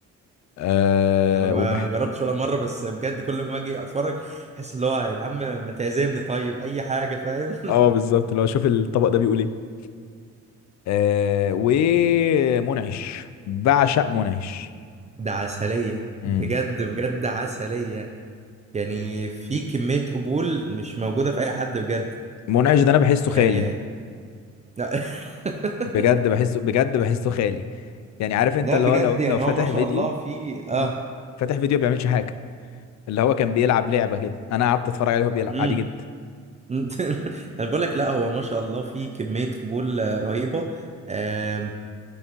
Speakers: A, on the left; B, on the right.
A: اه
B: انا ما
A: وبح
B: ما جربتش ولا مره بس بجد كل ما اجي اتفرج احس اللي هو يا عم ما تعزمني طيب اي حاجه فاهم
A: اه بالظبط اللي هو شوف الطبق ده بيقول ايه آه ومنعش بعشق منعش
B: <laughs> ده عسليه
A: امم
B: بجد بجد عسليه يعني في كميه قبول مش موجوده في اي حد بجد
A: منعش ده انا بحسه
B: يعني
A: خالي
B: لا <laughs>
A: بجد بحسه بجد بحسه خالي يعني عارف انت
B: لا
A: اللي
B: بجد
A: هو لو
B: يعني
A: لو فاتح
B: هو ما شاء
A: فيديو
B: الله في اه
A: مم. فاتح فيديو بيعملش حاجه اللي هو كان بيلعب لعبه كده انا قعدت اتفرج عليه وهو بيلعب
B: امم
A: عادي جدا
B: <laughs> انا بقول لك لا هو ما شاء الله في كميه قبول آه، رهيبه آم،